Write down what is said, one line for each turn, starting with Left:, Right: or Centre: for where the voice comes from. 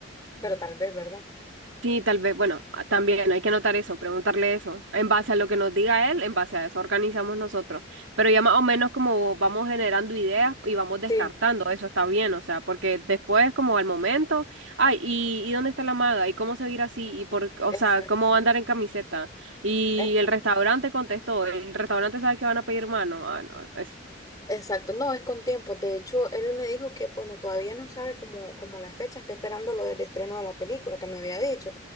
Left: Pero tal vez, ¿verdad?
Right: Sí, tal vez, bueno, a- también hay que anotar eso, preguntarle eso. En base a lo que nos diga él, en base a eso organizamos nosotros. Pero ya más o menos como vamos generando ideas y vamos descartando,
Left: Sí,
Right: eso está bien, o sea, porque después como al momento, ay, ¿y, y dónde está la maga? ¿Y cómo se va a ir así? ¿Y por, o
Left: exacto.
Right: sea, cómo va a andar en camiseta? Y
Left: eh,
Right: el restaurante contestó, el restaurante sabe que van a pedir mano. Ah, no, es,
Left: Exacto, no, es con tiempo. De hecho, él me dijo que, bueno, todavía no sabe cómo, cómo la fecha, está esperando lo del estreno de la película que me había dicho.